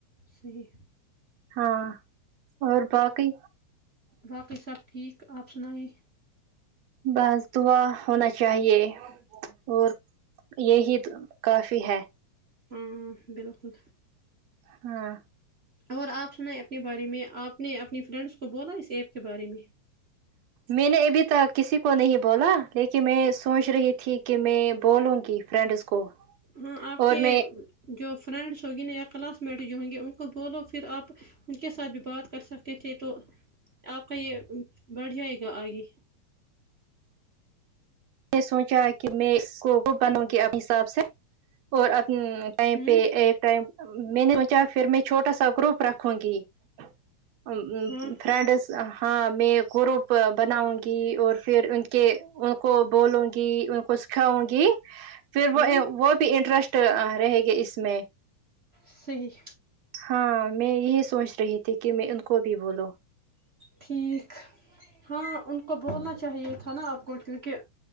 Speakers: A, on the right; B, on the right.
A: صحیح
B: ہاں اور باقی
A: باقی سب ٹھیک آپ سنائیے
B: بس دعا ہونا چاہیے اور یہی تو کافی ہے
A: ہوں بالکل
B: ہاں
A: اور آپ سنائیں اپنے بارے میں آپ نے اپنی فرینڈس کو بولا اس ایپ کے بارے میں
B: میں نے ابھی تک کسی کو نہیں بولا لیکن میں سوچ رہی تھی کہ میں بولوں گی فرینڈس کو
A: ہوں آپ
B: اور
A: کے
B: میں
A: جو فرینڈس ہوں گی نہ یا کلاس میٹ جو ہوں گے ان کو بولو پھر آپ ان کے ساتھ بھی بات کر سکتے تھے تو آپ کا یہ بڑھ جائے گا آگے
B: میں نے سوچا کہ میں اس کو بنوں گی اپنے حساب سے اور اپ نے ٹائم
A: ہوں
B: پہ ایک ٹائم میں نے سوچا پھر میں چھوٹا سا گروپ رکھوں گی وں
A: ہاں
B: فرینڈس ہاں میں گروپ بناؤں گی اور پھر ان کے وہ کو بولوں گی ان کو سکھاؤں گی پھر
A: ہاں
B: وہ ی وہ بھی انٹرسٹ ٹا اں رہے گے اس میں
A: صحیح
B: ہاں میں یہی سوچ رہی تھی کہ میں ان کو بھی بولوں
A: ٹھیک ہاں ان کو بولنا چاہیے تھا نا آپ کو کیونکہ